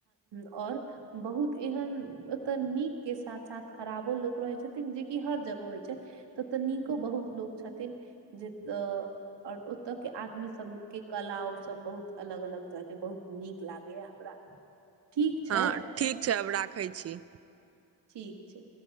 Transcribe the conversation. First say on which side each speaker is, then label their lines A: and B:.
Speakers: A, on the right; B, on the right.
A: और बहुत एहन ओत नीक के साथ साथ खराबो लोक रहै छथिन जेकि हर जगह होइ छै। तऽतऽ नीको बहुत लोक छथिन जेऽ और ओतऽ के आदमी सब के कला ओ सब बहुत अलग अलग बहुत नीक लागैया हमरा ठीक छै
B: हँ ठीक छै, आब राखै छी
A: ठीक छै।